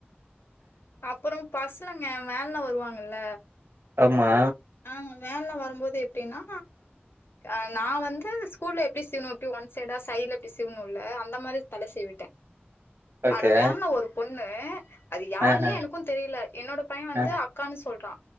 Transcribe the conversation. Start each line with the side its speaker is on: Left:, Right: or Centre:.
Left: அப்றோ பசங்க வேன்லா வருவாங்கல்ல
Right: ஆமா
Left: அவங்க வேன்லா வரும்போது எப்டின்னா அ நா வந்து ஸ்கூல்ல எப்டி சீவுனோ அப்டி ஒன் சைடா சைட்ல அப்டி சீவுனுல்ல அந்த மாரி தல சீவிட்ட
Right: ஓகே
Left: அட வேன்ல ஒரு பொண்ணு அது யார்னே
Right: ஆஹ
Left: எனக்கு தெரில என்னோட பையே வந்து
Right: ஆஹ்
Left: அக்கான்னு சொல்றா